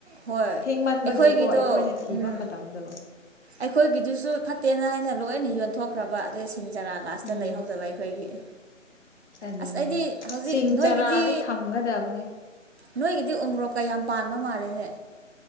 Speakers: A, on the right (about 55°); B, on the left (about 60°).
A: ꯍꯣꯏ
B: ꯊꯦꯡꯃꯟꯕꯒꯤꯀꯣ
A: ꯑꯩꯈꯣꯏꯒꯤꯗꯣ
B: ꯑꯩꯈꯣꯏꯅ ꯊꯤꯕ
A: ꯎꯝ
B: ꯃꯇꯝꯗꯣ
A: ꯑꯩꯈꯣꯏꯒꯤꯗꯨꯁꯨ ꯐꯠꯇꯦꯅ ꯍꯥꯏꯅ ꯂꯣꯏꯅ ꯌꯣꯟꯊꯣꯛꯈ꯭ꯔꯕ ꯑꯗ ꯏꯁꯤꯡ ꯆꯔꯥ ꯂꯥꯁꯇ
B: ꯎꯝ
A: ꯂꯩꯍꯧꯗꯕ ꯑꯩꯈꯣꯏꯒꯤ
B: ꯑꯗꯨꯅꯦ
A: ꯑꯁ ꯑꯩꯗꯤ ꯍꯧꯖꯤꯛ
B: ꯁꯤꯡ
A: ꯅꯣꯏꯒꯤꯗꯤ
B: ꯆꯥꯔꯥꯗꯤ ꯊꯝꯒꯗꯕꯅꯦ
A: ꯅꯣꯏꯒꯤꯗꯤ ꯎ꯭ꯔꯣꯛꯀ ꯌꯥꯝ ꯄꯥꯟꯕ ꯃꯥꯜꯂꯦꯅꯦ